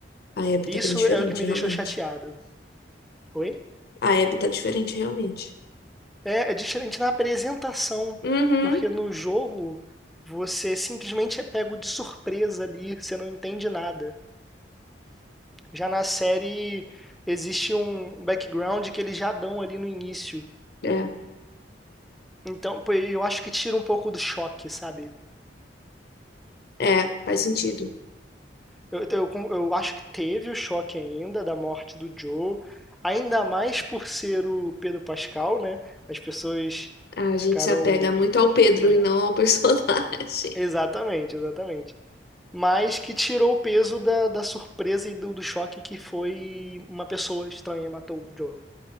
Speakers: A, on the left; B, in the centre.
A: a Abby
B: Isso
A: tá bem diferente,
B: é o que me
A: realmente.
B: deixou chateado. Oi?
A: A Abby tá diferente, realmente.
B: É, é diferente na apresentação,
A: Uhum.
B: porque no jogo você simplesmente é pego de surpresa ali, você não entende nada. Já na série existe um background que eles já dão ali no início.
A: É,
B: Então, pô, eu acho que tira um pouco do choque, sabe?
A: é, faz sentido.
B: Eu, eu, eu acho que teve o choque ainda da morte do Joe, ainda mais por ser o Pedro Pascal, né? As pessoas
A: A gente
B: ficaram.
A: se apega muito ao Pedro
B: É,
A: e não ao <laughs> personagem.
B: exatamente, exatamente. mas que tirou o peso da, da surpresa e do, do choque que foi uma pessoa estranha matou o Joel.